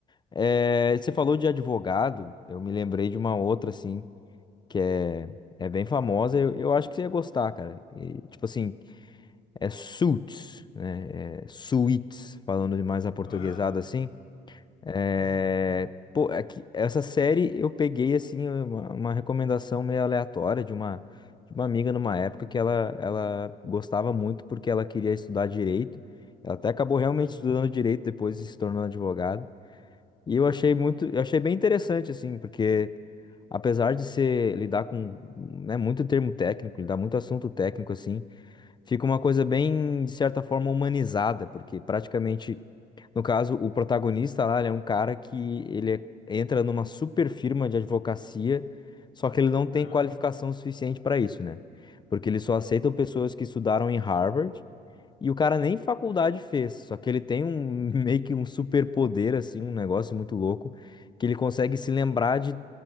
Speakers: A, on the left; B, on the left.
A: É, você falou de advogado, eu me lembrei de uma outra, assim, que é, é bem famosa. Eu, eu acho que você ia gostar, cara. E, tipo assim, é suits, né? É suits, falando de mais aportuguesado
B: Aham.
A: assim. É,
B: Uhum.
A: pô, é que essa série eu peguei assim uma, uma recomendação meio aleatória de uma de uma amiga numa época que ela ela gostava muito porque ela queria estudar direito. Ela até acabou realmente
B: Aham.
A: estudando direito depois e se tornando advogada. E eu achei muito, eu achei bem interessante assim, porque apesar de ser lidar com, né, muito termo técnico, lidar muito assunto técnico assim, fica uma coisa bem, de certa forma, humanizada, porque praticamente, no caso, o protagonista lá, ele é um cara que ele é- entra numa super firma de advocacia, só que ele não tem
B: Aham.
A: qualificação suficiente para isso, né? Porque eles só aceitam
B: Uhum.
A: pessoas que estudaram em Harvard e o cara nem faculdade fez, só que ele tem um <laughs> meio que um superpoder assim, um negócio muito louco, que ele consegue se lembrar de